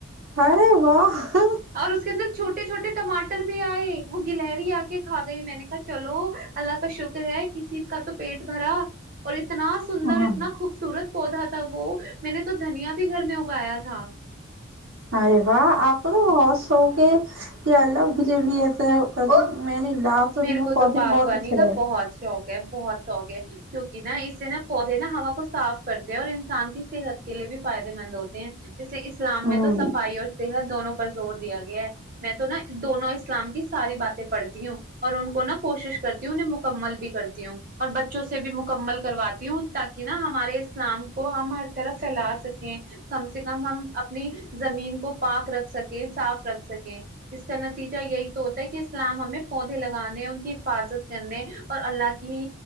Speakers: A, on the right; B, on the right.
A: ارے واہ
B: اور اس کے اندر چھوٹے چوٹے چھوٹے ٹاٹر بھی آئے وہ گلری آ کے کھا گئی میں نے کہا چلو اللہ کا شکر ہے کسی کا تو پیٹ بھرا اور اتنا سندر
A: ہاں
B: اتنا خوبصورت پودا تھا وہ میں نے تو دھنیا بھی گھر میں اگایا تھا
A: ارے واہ آپ کو تو بہت شوق ہے کہ اللہ مجھے بھی ایسا ا میں نے <inaudible>
B: میرے
A: رہی ہوں
B: کو
A: پودے
B: تو باغبانی
A: بہت اچھے
B: کا
A: رہے
B: بہت شوق ہے بہت شوق ہے کیونکہ نا اس سے نا پودے نا ہوا کو صاف کرتے ہیں اور انسان کی صحت کے لیے بھی فائدے مند ہوتے ہیں اس لیے اسلام
A: ہوں
B: میں تو صفائی اور صحت دونوں پر زور دیا گیا ہے میں تو نا دونوں اسلام کی ساری بات پڑھتی ہوں اور ان کو نا کوشش کرتی ہوں انہیں مکمل بھی کرتی ہوں اور بچوں سے بھی مکمل کرواتی ہوں تاکہ نا ہمارے اسلام کو ہم ہر طرف پھیلا سکیں کم سے کم ہم اپنی زمین کو پاک رکھ سکیں صاف رکھ سکیں اس کا نتیجہ یہی تو ہو کہ اسلام ہمیں پہنچ <unintelligible> لگانے ان کی حفاظت کرنے اور اللہ کی